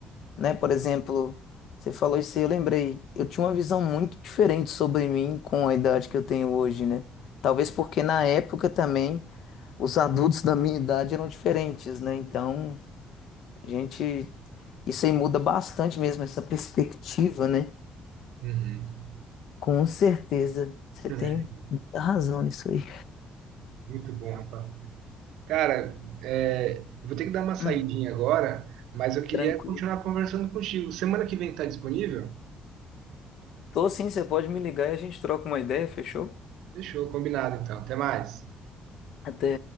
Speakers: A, on the left; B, on the right.
A: né? Por exemplo, você falou isso aí, eu lembrei. Eu tinha uma visão muito diferente sobre mim com a idade que eu tenho hoje, né? Talvez porque na época também os adultos da minha idade eram diferentes, né? Então, a gente. Isso aí muda bastante mesmo, essa perspectiva, né?
B: uhum.
A: Com certeza, você
B: É,
A: tem muita razão nisso aí.
B: muito bom, rapaz. Cara, é, eu vou ter que dar uma saidinha
A: Hum.
B: agora, mas eu queria
A: Tranquilo.
B: continuar conversando contigo. Semana que vem tá disponível?
A: Tô sim, você pode me ligar e a gente troca uma ideia, fechou?
B: Fechou, combinado então. Até mais.
A: Até.